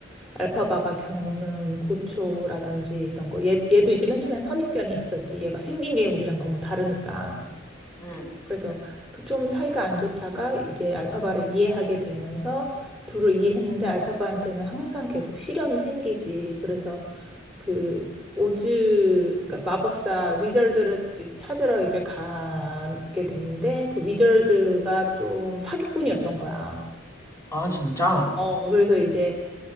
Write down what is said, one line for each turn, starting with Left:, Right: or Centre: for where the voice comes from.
Centre: 알파바가 겪는 고초라든지 이런 거. 얘, 얘도 이제 맨 처음엔 선입견이 있었지. 얘가 생긴 게 우리랑 너무 다르니까.
Left: 응.
Centre: 그래서 그 좀 사이가 안 좋다가 이제 알파바를 이해하게 되면서 둘을 이해했는데 알파바한테는 항상 계속 시련이 생기지. 그래서 그 오즈 그러니까 마법사 위저드를 이제 찾으러 이제 가게 됐는데 그 위저드가 좀 사기꾼이었던 거야.
Left: 아, 진짜?
Centre: 어 그래서 이제